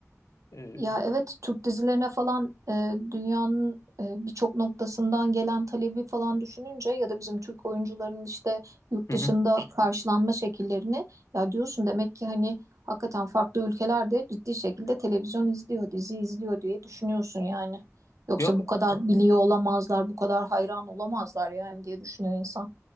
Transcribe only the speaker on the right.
Ya evet Türk dizilerine falan e, dünyanın e, birçok noktasından gelen talebi falan düşününce ya da bizim Türk oyuncuların işte yurt
dışında
karşılanma şekillerini ya diyorsun demek ki hani hakikaten farklı ülkelerde ciddi şekilde televizyon izliyor, dizi izliyor diye düşünüyorsun yani. Yoksa
bu kadar biliyor olamazlar, bu kadar hayran olamazlar yani diye düşünüyor insan.